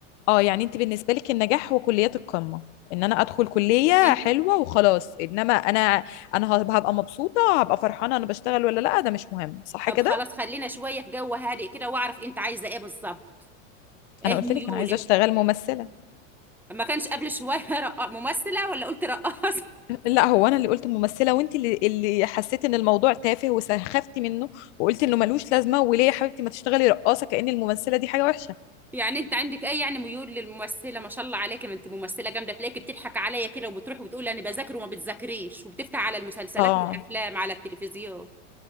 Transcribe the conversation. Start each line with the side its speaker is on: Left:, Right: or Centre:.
Left: اه يعني انت بالنسبه لك النجاح هو كليات القمه ان انا ادخل كليه
Centre: انت
Left: حلوه وخلاص انما انا انا هب- هبقى مبسوطه هبقى فرحانه انا بشتغل ولا لا ده مش مهم صح
Centre: طب
Left: كده
Centre: خلاص خلينا شوية في جو هادئ كده واعرف انت عايزة ايه بالظبط ايه
Left: انا قلت
Centre: ميولك
Left: لك انا عايزه اشتغل ممثله
Centre: ما كانش قبل شوية <laughs> رقا- ممثلة ولا قلت رقاصة
Left: لا هو انا اللي قلت ممثله وانت اللي اللي حسيت ان الموضوع تافه وسخفتي منه وقلت انه ملوش لازمه وليه يا حبيبتي ما تشتغلي رقاصه كأن الممثله دي حاجه وحشه
Centre: <laughs> يعني انت عندك ايه يعني ميول للممثلة ما شاء الله عليك ما انت ممثلة جامدة تلاقيكي بتضحك عليا كده وبتروحي وبتقولي انا بذاكر وما بتذاكريش وبتفتح على المسلسلات
Left: اه
Centre: والافلام على التلفزيون